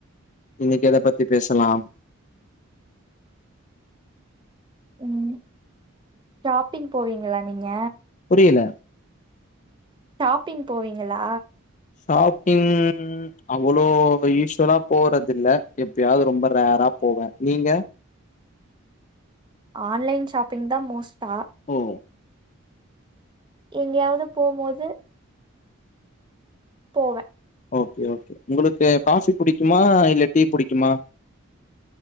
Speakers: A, on the left (about 35°); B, on the right (about 20°).
A: இன்னைக்கு எத பத்தி பேசலாம்
B: ம் ஷாப்பிங் போவீங்களா நீங்க
A: புரியல
B: ஷாப்பிங் போவீங்களா
A: ஷாப்பிங் அவ்ளோ யூஸ்வலா போறது இல்ல எப்பயாவது ரொம்ப ரர்ரா போவேன் நீங்க
B: ஆன்லைன் ஷாப்பிங் தா மோஸ் தா
A: ஓ
B: எங்கயாவது போம்போது போவன்
A: ஓகே ஓகே உங்களுக்கு காபி புடிக்குமா இல்ல டீ புடிக்குமா